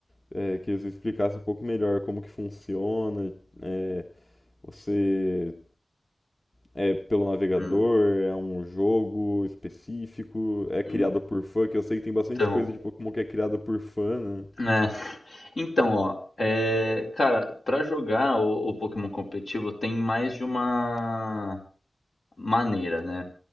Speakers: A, on the left (about 25°); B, on the left (about 60°).
A: é, que eles explicassem um pouco melhor como que funciona. É, você é pelo navegador,
B: Hum.
A: é um jogo específico, é criado
B: En-
A: por fã, que eu sei que tem bastante
B: Então,
A: coisa de Pokémon que é criada por fã, né?
B: né? Então, ó, é, cara, para jogar o, o Pokémon competitivo tem mais de uma maneira, né?